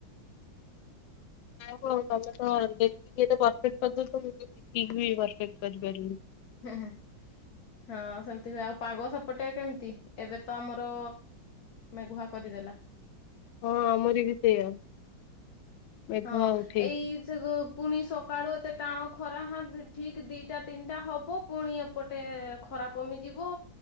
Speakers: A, on the left; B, on the left.
A: କଉ ତମେ ତ ଦେଖିକି ଏ ପର୍ଫେକ୍ଟ କରିଦଉଚ ମୁଁ ଶିଖିକି ବି ପର୍ଫେକ୍ଟ୍ କରିପାରିବି
B: ହୁଁ ହୁଁ ହଁ ସେମିତି ହୁଏ ଆଉ ପାଗ ସେପଟେ କେମିତି ଏବେ ତ ଆମର ମେଗୁଆ କରି ଦେ
A: ହଁ ଆମରି ବି ସେୟା ମେଘ
B: ହଁ
A: ଆଉ ଠି
B: ଏଇ ସେ ପୁଣି ସକାଳୁ ଏତେ ଟାଣ ଖରା ହଁ ଠିକ ଦିଟା ତିନ୍ଟା ହବ ପୁଣି ଏପଟେ ଖରା କମିଯିବ